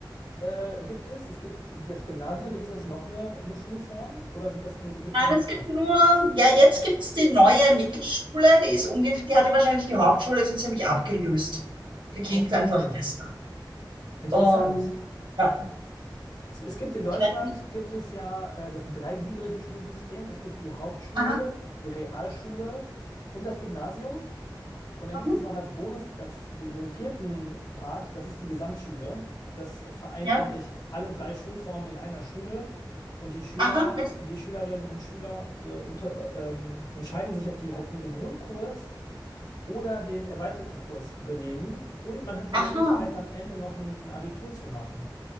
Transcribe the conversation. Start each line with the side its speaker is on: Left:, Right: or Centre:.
Left: äh, gibt es, es gibt die- das Gymnasium, gibt es noch eine, eine Schulform oder sind das nur, gibt
Right: Nein,
Left: es nur die
Right: es
Left: zwei?
Right: gibt nur, ja, jetzt gibt's die neue Mittelschule, die ist ungefähr, die hatte wahrscheinlich die Hauptschule so ziemlich abgelöst. Die klingt
Left: Okay,
Right: einfach besser.
Left: interessant.
Right: Und ja,
Left: Es, es gibt in Deutschland,
Right: ich weiß nicht.
Left: gibt es ja äh, das dreigliedrige Schulsystem. Es gibt die Hauptschule,
Right: Aha,
Left: die Realschule und das Gymnasium. Und dann
Right: mhm,
Left: gibt es noch als Bonus das, den vierten Part, das ist die Gesamtschule. Das vereint
Right: ja.
Left: nämlich alle drei Schulformen in einer Schule. Und die Schüler,
Right: Aha, mit,
Left: die Schülerinnen und Schüler äh, unter, ähm, entscheiden sich, ob die halt nur den Grundkurs oder den erweiterten Kurs belegen. Und man hat die
Right: aha.
Left: Möglichkeit, am Ende noch ein, ein Abitur zu machen.